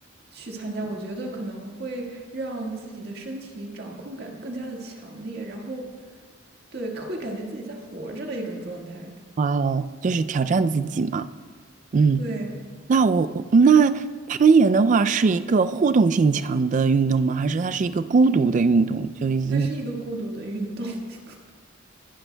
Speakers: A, on the right; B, on the right.
A: 去参加。我觉得可能会让自己的身体掌控感更加的强烈，然后对，会感觉自己在活着的一种状态。
B: 哇哦，就是挑战自己嘛。嗯。
A: 对。
B: 那我我那攀岩的话是一个互动性强的运动吗？还是它是一个孤独的运动？就已经
A: 它是一个孤独的运动。<laughs>